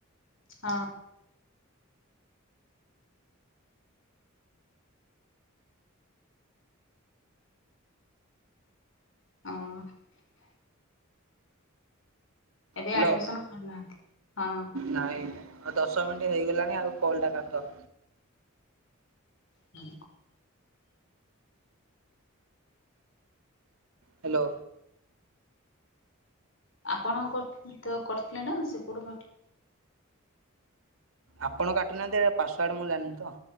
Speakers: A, on the left; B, on the right.
A: ହଁ। ହଁ। ଏବେ
B: ହାଲୋ
A: ଆଡମିସନ କରିନାହାନ୍ତି ହଁ
B: ନାଇଁ। ଆଉ ଦଶ ମିନିଟ ହେଇଗଲାଣି ଆଉ କଲ ଟା କାଟ।
A: ହୁଁ।
B: ହା ଲୋ।
A: ଆପଣ କରିଥିଲେ ତ କରିଥିଲେ ନା ସେପଟୁ କାଟି।
B: ଆପଣ କାଟୁନାହାନ୍ତି ଏଇଟା ପାସୱାର୍ଡ ମୁଁ ଜାନିନି ତ।